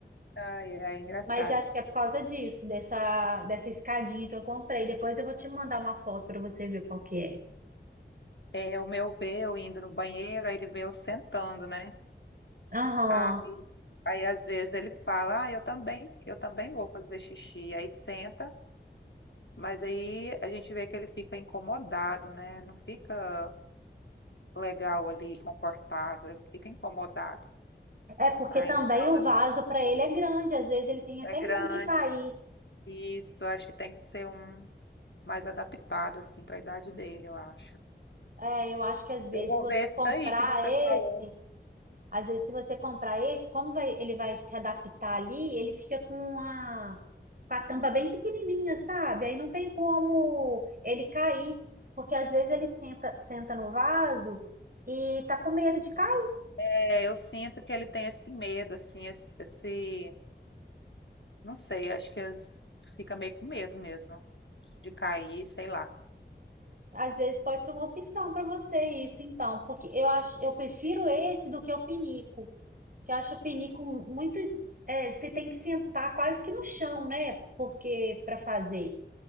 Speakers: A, on the left; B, on the right.
A: Ai, ai, engraçado.
B: Mas acho que é por causa disso, dessa, dessa escadinha que eu comprei. Depois eu vou te mandar uma foto para você ver qual que é.
A: É, o meu vê eu indo no banheiro, aí ele vê eu sentando, né?
B: Aham.
A: Aí, aí às vezes ele fala, ah, eu também, eu também vou fazer xixi. Aí senta, mas aí a gente vê que ele fica incomodado, né? Não fica legal ali, confortável, ele fica incomodado.
B: É porque
A: Ah,
B: também
A: então
B: o
A: eu,
B: vaso para ele é grande, às vezes ele tem até
A: é grande.
B: medo de cair.
A: Isso, acho que tem que ser um mais adaptado assim para a idade dele, eu acho.
B: É, eu acho que às vezes
A: Eu vou
B: se você
A: ver esse
B: comprar
A: daí que você
B: esse,
A: falou.
B: às vezes se você comprar esse, como vai, ele vai se adaptar ali, ele fica com a, com a tampa bem pequenininha, sabe? Aí não tem como ele cair, porque às vezes ele senta, senta no vaso e tá com medo de cair
A: É, eu sinto que ele tem esse medo, assim, esse, esse- não sei, acho que as- fica meio com medo mesmo de cair, sei lá.
B: Às vezes pode ser uma opção para você isso, então, porque eu acho, eu prefiro
A: É,
B: esse do que o pinico, que eu acho o pinico muito, é, você tem que sentar quase que no chão, né? Porque para fazer.